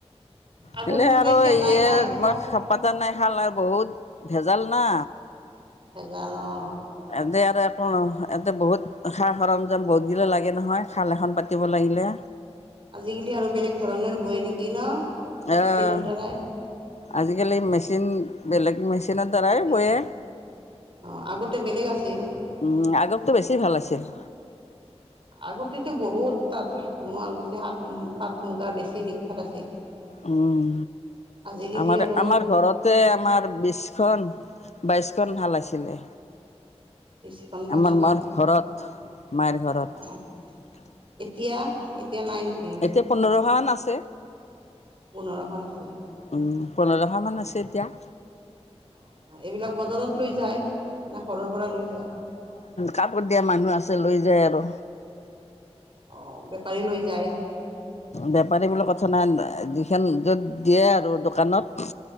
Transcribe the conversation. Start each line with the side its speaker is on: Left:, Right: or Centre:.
Right: আগৰ
Left: বেলেগ
Right: নিচিনা
Left: আৰু
Right: এতিয়া
Left: ইয়ে
Right: নাই না এনেকুৱা
Left: মই পাতা নাই খাল নাই বহুত ভেজাল না।
Right: ভেজাল অ।
Left: ইয়াতে আৰু আকৌ নহ এতে বহুত সা সৰঞ্জাম বহুত গিলা লাগে নহয় খাল এখন পাতিব লাগিলে।
Right: আজিকালি আৰু বেলেগ ধৰণৰ বয় নেকি ন
Left: অহ
Right: মেচিনৰ দ্বাৰাই।
Left: আজিকালি মেচিন বেলেগ মেচিনৰ দ্বাৰাই
Right: বেলেগ
Left: বয়ে
Right: অ আগতে বেলেগ আছিল
Left: উম আগততো বেছি ভাল আছিল।
Right: আগতেতো বহুত তাত শুৱালকুছিত পাট মুগাৰ বেছি বিখ্যাত আছিল।
Left: উম
Right: আজিকালি
Left: আমাৰ
Right: আৰু
Left: আমাৰ ঘৰতে আমাৰ বিশখন। বাইছখন শাল আছিলে।
Right: বিশখন বাইশখন
Left: আমাৰ মাৰ ঘৰত মায়ৰ ঘৰত।
Right: অ অ এতিয়া এতিয়া নাই নেকি
Left: এতিয়া পোন্ধৰখন মান আছে
Right: পোন্ধৰখন আছে
Left: উম। পোন্ধৰ খন মান আছে এতিয়া।
Right: অ এইবিলাক বজাৰত লৈ যায় মানে ঘৰৰ পৰা লৈ যায়।
Left: কাপোৰ দিয়া মানুহ আছে লৈ যায় আৰু।
Right: অ। বেপাৰী লৈ যায়
Left: বেপাৰী বোলি কথা নাই যিখন য'ত দিয়ে আৰু দোকানত